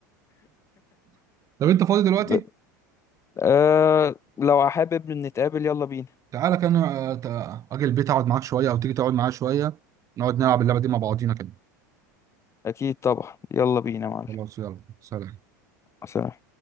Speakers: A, on the right; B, on the left.
A: <laughs> طب أنت فاضي دلوقتي؟
B: ب... أه لو حابب نتقابل يلا بينا
A: تعالى كان آه، تع- أجي البيت أقعد معاك شوية أو تيجي تقعد معايا شوية نقعد نلعب اللعبة دي مع بعضينا كده
B: اكيد طبعا يلا بينا يا معلم
A: خلاص يلا سلام
B: سلام.